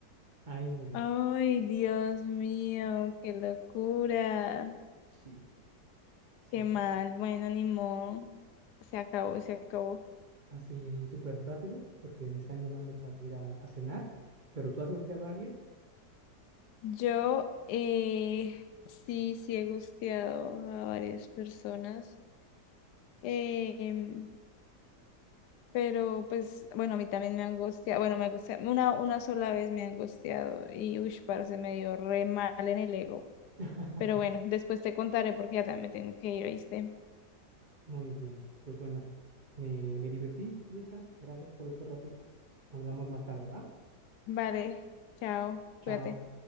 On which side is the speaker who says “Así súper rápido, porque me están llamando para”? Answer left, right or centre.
Right